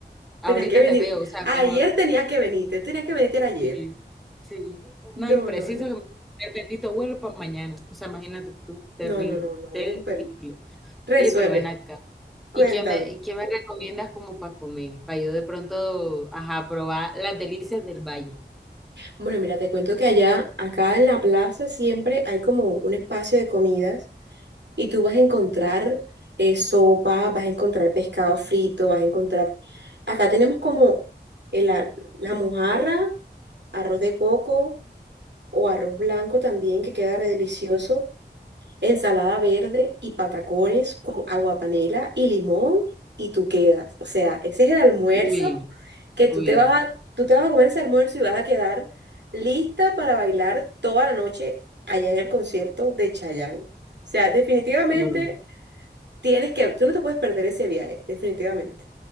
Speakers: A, on the right (about 80°); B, in the centre.
A: tenías
B: Ahorita
A: que venir.
B: te veo, o sea,
A: Ayer
B: mejor.
A: tenías que venirte, tenías que venirte ayer.
B: Sí, sí.
A: No,
B: No, y preciso
A: no, no,
B: que me el bendito vuelo para mañana. O sea, imagínate tú, terrible,
A: no, no, no, no,
B: terrible.
A: pero resuelve,
B: Oye, pero ven acá.
A: cuéntame.
B: ¿Y qué me, y qué me recomiendas como para comer? Para yo de pronto, ajá, probar las delicias del valle.
A: Bueno, mira, te cuento que allá, acá en la plaza siempre hay como un espacio de comidas y tú vas a encontrar eh, sopa, vas a encontrar pescado frito, vas a encontrar... Acá tenemos como el a- la mojarra, arroz de coco. o arroz blanco también, que queda re delicioso, ensalada verde y patacones con aguapanela y limón y tú quedas. O sea, ese es el almuerzo
B: Uy,
A: que tú
B: uy.
A: te vas a, tú te vas a comer ese almuerzo y vas a quedar lista para bailar toda la noche allá en el concierto de Chayanne. O sea, definitivamente
B: No,
A: tienes que, tú no te puedes perder ese viaje, definitivamente.